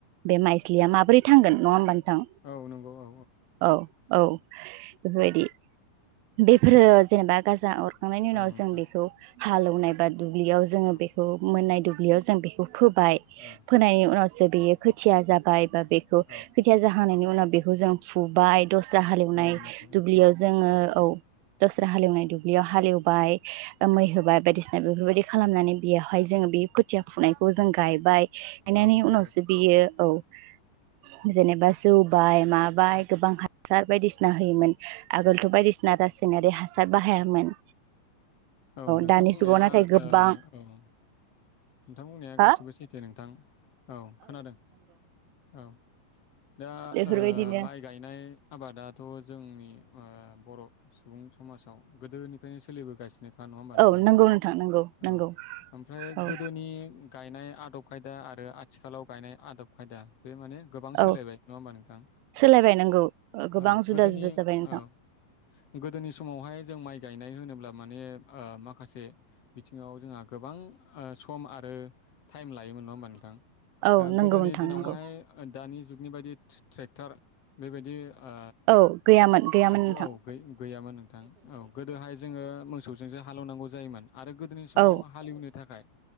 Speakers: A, on the right; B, on the left.
A: बे माइस्लिया माबोरै थांगोन नङा होमबा नोंथां?
B: औ नंगौ औ
A: औ औ बेफोरबायदि। बेफोरो जेनेबा गाजा खांनायनि उनाव
B: औ
A: जों
B: नोंथां
A: बेखौ हालौवनाय बा दुब्लियाव जोङो
B: औ
A: बे बेखौ मोननाय दुब्लियाव जों बेखौ फोबाय
B: औ
A: फोनायनि उनावसो बेयो खोथिया जाबाय बा बेखौ खोथिया
B: औ
A: जाहानायनि उनाव बेखौ जों फुबाय दस्रा हालेवनाय
B: औ नंगौ नोंथां
A: दुब्लियाव जोङो औ। दस्रा हालेवनाय दुब्लियाव हालेवबाय मै होबाय बायदिसिना बेफोरबायदि खालामनानै बेयावहाय जोङो बे खुथिया फुनायखौ जों गायबाय गायनायनि
B: औ
A: उनावसो
B: नंगौ
A: बियो औ। जेनेबा जौबाय माबाय गोबां हासार बायदिसिना होयोमोन आगोलथ' बायदिसिना रासायनारि हासार बाहायामोन।
B: औ नोंथां
A: दानि
B: बुंनाया
A: जुगाव नाथाय गोबां
B: औ। नोंथांमोननाया
A: हा
B: गासिबो सैथो नोंथां। औ खोनादों औ दा
A: बेफोरबायदिनो
B: माइ गायनाय आबादाथ' जोंनि बर' सुबुं समाजाव गोदोनिफ्रायनो सोलिबोगासिनो खा नङा होमबा नोंथां
A: औ नंगौ नोंथां नंगौ
B: औ
A: नंगौ
B: ओमफ्राय
A: औ
B: गोदोनि गायनाय आदब खायदा आरो आथिखालाव गायनाय आदब खायदा बे माने गोबां सोलायबाय
A: औ
B: नङा होमबा नोंथां
A: सोलायबाय नंगौ गोबां
B: औ
A: जुदा
B: गोदोनि
A: जुदा जाबाय नोंथां
B: औ। गोदोनि समावहाय जों माइ गायनाय होनोब्ला माने माखासे बिथिङाव जोंहा गोबां सम ओ आरो टाइम लायोमोन नङा होमबा नोंथां
A: औ नंगौ
B: गोदोनि
A: नोंथां
B: दिनावहाय
A: नंगौ
B: दानि जु गनि बायदि ट्रेक्टार बेबायदि ओ
A: औ गैयामोन गैयामोन
B: आगजु
A: नोंथां
B: औ गैयामोन नोंथां औ गोदोहाय जोङो मोसौजोंसो हालेवनांगौ जायोमोन। आरो गोदोनि समाव
A: औ
B: हालेवनो थाखाय